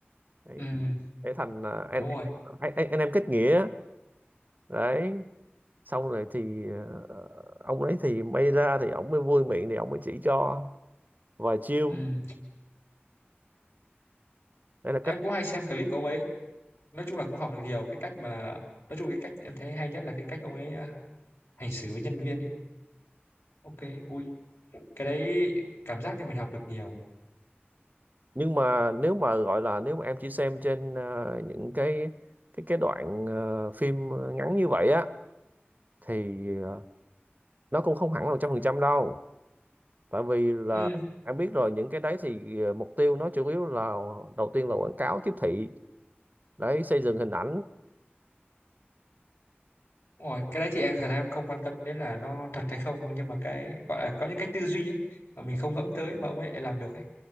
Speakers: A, on the right (about 45°); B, on the left (about 80°).
A: đấy
B: Ừm,
A: để thành à, anh
B: đúng rồi.
A: anh anh, anh, anh em kết nghĩa đấy xong rồi thì ờ, ông ấy thì may ra thì ông mới vui miệng thì ông mới chỉ cho vài chiêu
B: Ừm,
A: đấy là
B: Em
A: cách
B: cũng hay xem clip của ông ấy. Nói chung là cũng học được nhiều cái cách mà nói chung cái cách em thấy hay nhất là cái cách ông ấy à, hành xử với nhân viên ấy. Ok, vui. Cái đấy cảm giác như mình học được nhiều.
A: nhưng mà nếu mà gọi là nếu mà em chỉ xem trên ờ, những cái cái cái đoạn ờ, phim ngắn như vậy á thì ờ, nó cũng không hẳn là 100% đâu tại vì là
B: Ừm,
A: em biết rồi những cái đấy thì ờ, mục tiêu nó chủ yếu là ờ, đầu tiên là quảng cáo tiếp thị đấy xây dựng hình ảnh
B: đúng rồi, cái đấy thì em thật ra em không quan tâm đến là nó thật hay không đâu nhưng mà cái gọi là có những cái tư duy ấy mà mình không ngẫm tới mà ông ấy lại làm được ấy.